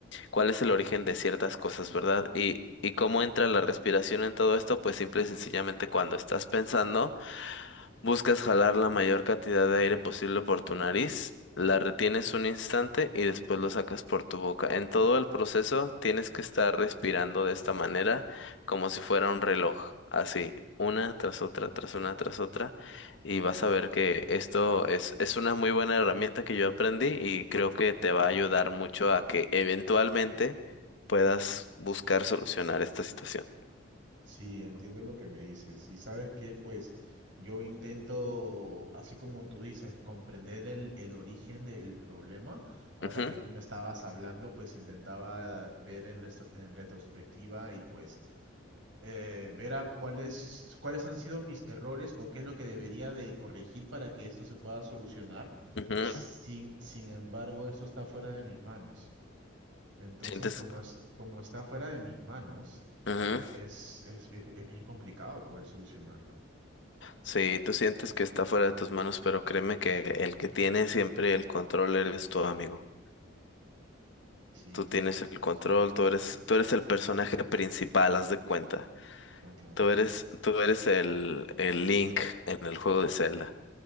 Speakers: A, on the left; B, on the right.
A: cuál es el origen de ciertas cosas, ¿verdad? Y, y cómo entra la respiración en todo esto, pues simple y sencillamente cuando estás pensando. Buscas jalar la mayor cantidad de aire posible por tu nariz, la retienes un instante y después lo sacas por tu boca. En todo el proceso tienes que estar respirando de esta manera, como si fuera un reloj, así, una tras otra, tras una, tras otra, y vas a ver que esto es, es una muy buena herramienta que yo aprendí y creo que te va a ayudar mucho a que eventualmente puedas buscar solucionar esta situación.
B: Sí, entiendo lo que me dices. Y sabes que, pues, yo intento, así como tú dices, comprender el, el origen del problema. Ahora
A: Ujú,
B: que tú me estabas hablando, pues intentaba ver en, restro- en retrospectiva y pues eh, ver a cuáles, cuáles han sido mis errores o qué es lo que debería de corregir para que esto se pueda solucionar.
A: ujú,
B: Sin, sin embargo, esto está fuera de mis manos. Entonces,
A: Sientes.
B: como es, como está fuera de mis manos
A: Ujú.
B: es, es, bien, es bien complicado poder solucionarlo.
A: Sí, tú sientes que está fuera de tus manos, pero créeme que el que tiene siempre el control eres tu amigo.
B: Sí,
A: Tú
B: tienes
A: tienes el
B: razón.
A: control, tú eres, tú eres el personaje principal, haz de cuenta.
B: Ajá.
A: Tú eres, tú eres el, el Link en el juego de Zelda.